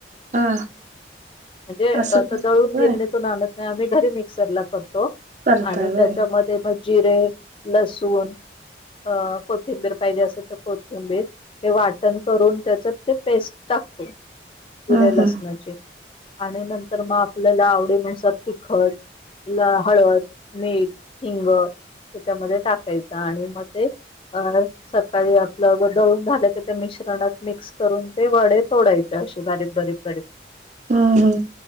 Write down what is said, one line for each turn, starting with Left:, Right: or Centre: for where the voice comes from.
Right: हा
Left: म्हणजे
Right: असं
Left: आता
Right: करतात
Left: दळून
Right: वय
Left: गिरणे तूनणत नाही आम्ही घरी मिक्सरला करतो.
Right: करता
Left: आणि
Right: वय
Left: त्याच्यामध्ये मग जिरे लसूण. अ कोथिंबीर पाहिजे असेल तर कोथिंबीर हे वाटण करून त्याच. ते पेस्ट टाकते जिऱ्या
Right: ह ह
Left: लसणाची. आणि नंतर मग आपल्याला आवडीनुसार ति खट. हळद मीठ हिंग त्याच्यामध्ये टाकायचं आणि मग ते. अ सकाळी आपलं ग दळून झालं तर त्या मिश्रणात मिक्स करून ते वडे तोडायचे. अशी बारीक बारीक बारीक.
Right: हम्म्